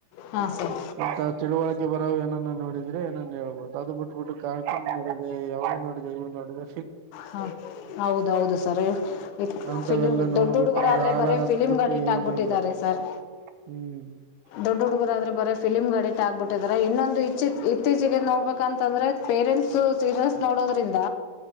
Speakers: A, on the left (about 80°); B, on the right (about 80°).
A: ಹಾಂ ಸರ್
B: ಇಂತ ತಿಳುವಳಿಕೆ ಬರೋವೇನು ನೋಡಿದ್ರೆ ಏನನ್ ಹೇಳ್ಬಹುದು ಅದು ಬಿಟ್ಬಿಟ್ಟು ಕಾಕ ನೋಡಿದೆ ಅವ್ನೋಡಿದೆ ಇವ್ನೋಡಿದೆ
A: ಹಾ ಹೌದೌದು ಸರ್
B: ಅಂತವೆಲ್ಲ
A: ಫಿಲಿಂ
B: ನೋಡ್ಬಿಟ್ಟು
A: ದೊಡ್ಡ ಹುಡುಗರ
B: ಅವ್ರು
A: ಆದ್ರೆ
B: ಹಾಳಾಗದ್
A: ಬರ ಫಿಲಿಮ್ಗಡಿಟ್
B: ಬಿಟ್ಟು ಏನು
A: ಆಗ್ಬಿಟ್ಟಿದ್ದಾರೆ
B: ಇಲ್ಲ
A: ಸರ್
B: ಹ್ಮ್
A: ದೊಡ್ಡ ಹುಡುಗರಾದ್ರೆ ಬರೆ ಫಿಲಿಂಗಡಿಟ್ ಆಗ್ಬಿಟ್ಟಿದಿರಾ ಇನ್ನೊಂದು ಇಚ್ಚ ಇತ್ತೀಚೆಗೆ ನೋಡ್ಬೇಕಂತಂದ್ರೆ ಪೇರೆಂಟ್ಸ್ ಸೀರಿಯಲ್ಸ್ ನೋಡೋದ್ರಿಂದ